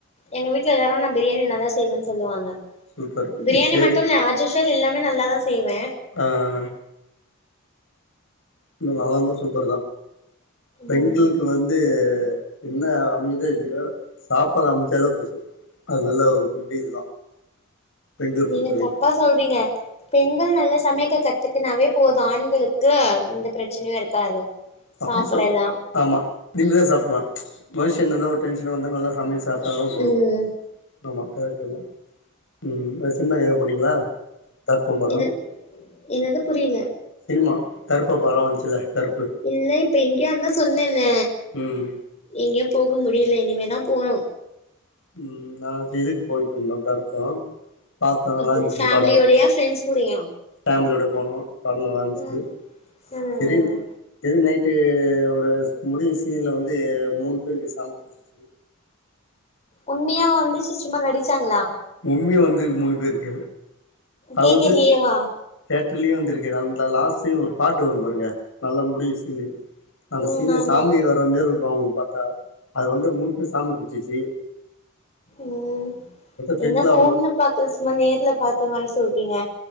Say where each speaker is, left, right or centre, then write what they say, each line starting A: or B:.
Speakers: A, on the left; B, on the left.
A: எங்க வீட்ல எல்லாரு நா பிரியாணி நல்லா செய்வேன் சொல்லுவாங்க.
B: சூப்பர்
A: பிரியாணி
B: இது சரி
A: மட்டு இல்ல ஆஜூஷ்வல் எல்லாமே நல்லாதா செய்வே.
B: அ அ. ம் நல்லாந்தா சூப்பர்தா பெண்களுக்கு
A: ம்
B: வந் து என்ன அமையுதோ இல்லையோ சாப்பாடு அமைஞ்சாலே போது. அது நல்ல ஒரு குட் இதுதா. பெண்கள
A: நீங்க
B: பொறுத்த வரைக்கு
A: தப்பா சொல்றீங்க. பெண்கள் நல்லா சமைக்க கத்துக்குனாவே போது ஆண்களுக்கு எந்த பிரச்சனையு இருக்காது.
B: அப்டி
A: சாப்படலா
B: சொல் ஆமா நிம்மிதியா சாப்பல்லா மனுஷன்ருந்தா ஒரு டென்ஷன் வந்த நல்லா சமைய் சாப் டாவே போது
A: ம்
B: ஆமா கரக்ட்டுதா. ம் இந்த சினிமாக் எங்கயாது போனீங்ளா கருப்பம்படோ.
A: இது என்னது புரியல
B: சினிமா கருப்பா படோ வஞ்ச்சுல்ல கருப்பு
A: இல்ல இப்ப எங்கியு அதா சொன்னே இல்ல
B: ம்
A: எங்கியு போக முடில இனிமேதா போணு.
B: ம் நாங் இந்திதுக்கு போயிட்டு வந்தோ கருப்படோ. பாத்தோ நல்லாந்ச்சி
A: அப்படி ஃபேமிலியோடயா
B: படோ
A: ஃப்ரெண்ட்ஸ் கூடயா
B: ஃபேமிலியோட போனோ படோ நல்லாந்ச்சி.
A: ம் ம்
B: திடீர்னு திடீர்ன் நைட்டு ஒரு ஸ் முடியு சீன்ல வந்து மூணு பேருக்கு சாமி புடிச்சிருச்சி.
A: உண்மையாவா வந்துச்சு சும்மா நடிச்சாங்களா?
B: உண்மியா வந்துருக்கு மூணு பேருக்கு அத
A: தேட்டர்லயேவா
B: உட்டு தியேட்டர்லியு வந்துருக்கு அந்த லாஸ்ட் சீன் ஒரு பாட்டு வரும் பாருங்க நல்லா முடியு சீனு அந்த
A: ம்
B: சீன்னு
A: ஆமா
B: சாமி வர்ற மேர்ருக்கு அவுங்குளுக் பாத்தா அத வந்து மூணு பேர் சாமி புடிச்சிச்சி.
A: ம்
B: ஃப்ரெண்ட்ல
A: என்ன ஃபோன்ல
B: அவரு
A: பாக்ற சும்மா நேர்ல பாத்த மாரி சொல்றீங்க